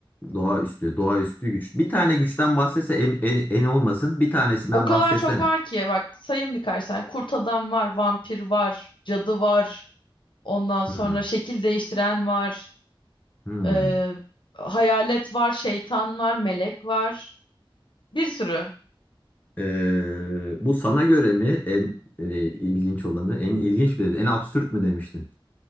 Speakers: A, on the left; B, on the left.
A: doğaüstü, doğaüstü güç. Bir tane güçten bahsetse en, en, en olmasın. Bir tanesinden
B: O kadar
A: bahsetsene.
B: çok var ki bak sayın birkaç tane. Kurt adam var, vampir var, cadı var. Ondan sonra
A: Hmm,
B: şekil değiştiren var.
A: hmm.
B: e, hayalet var, şeytan var, melek var. Bir sürü.
A: Ee, bu sana göre mi en e, ilginç olanı? En ilginç mi dedin? En absürt mü demiştin?